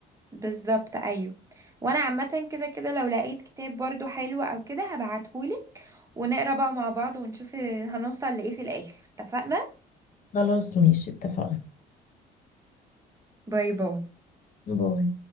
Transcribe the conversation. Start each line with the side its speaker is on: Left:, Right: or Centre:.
Right: بالظبط ايوه وانا عامة كده كده لو لقيت كتاب برضو حلو او كده هبعتهولك ونقرا بقى مع بعض ونشوف هنوصل لإيه في الآخر اتفقنا
Left: خلاص ماشي اتفقنا
Right: باي باي
Left: باي